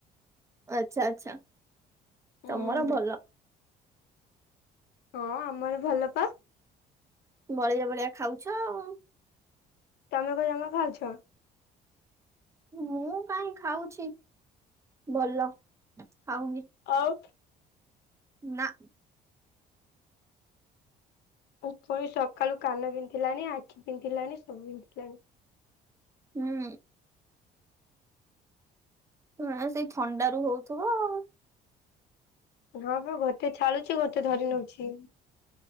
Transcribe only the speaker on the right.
ଆଚ୍ଛା ଆଚ୍ଛା
ତମର ଭଲ।
ବଳିଆ ଭଳିଆ ଖାଉଛ ଆଉ।
ମୁଁ କାହିଁ ଖାଉଛି ଭଲ। ଖାଉନି
ନାଁ।
ହୁଁ ହଁ ସେଇ ଥଣ୍ଡ ରୁ ହଉଥିବ ଆଉ।